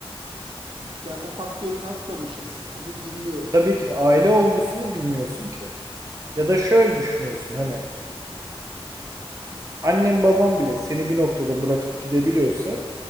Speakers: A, on the right; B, on the right.
A: yani o faktörü tanıtmamışız onu bilmiyoruz.
B: Tabii ki de aile olgusunu bilmiyorsun ki. Ya da şöyle düşünüyorsun hani annem babam bile seni bir noktada bırakıp gidebiliyorsa